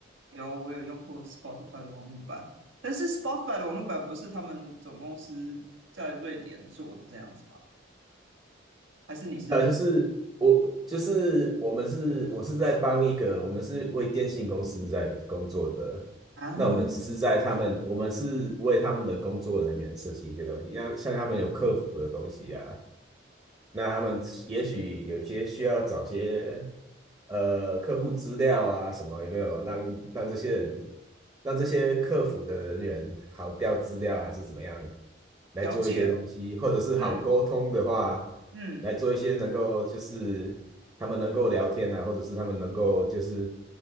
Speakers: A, on the right; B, on the right.
A: 有，我有用过 Spotify 的网络版，但是 Spotify 的网络版不是他们总公司在瑞典做的这样子吗？还是你是
B: 呃，就是我，就是我们是，我是在帮一个，我们是为电信公司在工作的。
A: 啊？
B: 那我们只是在他们，我们是为他们的工作人员设计一些东西，像像他们有客服的东西呀、那他们也许有些需要找些呃客户资料啊什么，有没有让让这些人让这些客服的人员好调资料还是怎么样？来做一些东西，
A: 了解，
B: 或者是好沟通的话，
A: 嗯嗯，
B: 来做一些能够就是他们能够聊天啊，或者是他们能够就是